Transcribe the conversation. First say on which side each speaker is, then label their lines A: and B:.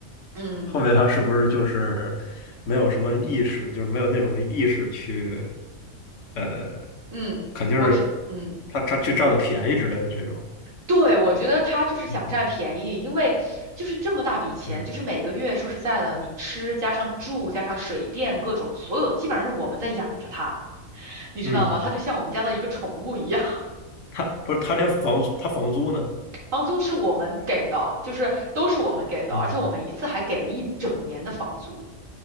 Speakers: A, on the right (about 75°); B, on the left (about 65°).
A: 嗯
B: 后面他是不是就是没有什么意识，就是没有那种意识去呃，
A: 嗯，
B: 肯定是
A: 我只嗯。
B: 他他去占了便宜之类的这种。
A: 对，我觉得他就是想占便宜，
B: 嗯
A: 因为就是这么大笔钱，
B: 嗯
A: 就是每个月说实在的，你吃加上住加上水电各种，所有基本上是我们在养着他，你知道吗？
B: 嗯，
A: 他就像我们家的一个宠物一样。
B: 他不是他连房租他房租呢？
A: 房租是我们给的，就是都是我们给的，
B: 嗯
A: 而且我们一次还给了一整年的房租。